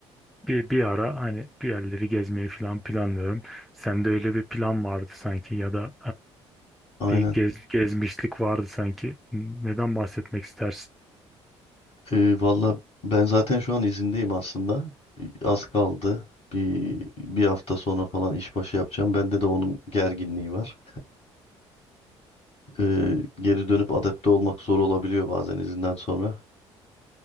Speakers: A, in the centre; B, on the left.
A: bir, bir ara hani bir yerleri gezmeyi falan planlıyorum. Sende öyle bir plan vardı sanki ya da
B: aynen.
A: e, bir gez, gezmişlik vardı sanki. Neden bahsetmek istersin?
B: Ee, valla ben zaten şu an izindeyim aslında. Ee, Az kaldı. Bir, bir hafta sonra falan işbaşı yapacağım. Bende de onun gerginliği var. Ee, geri dönüp adapte olmak zor olabiliyor bazen izinden sonra.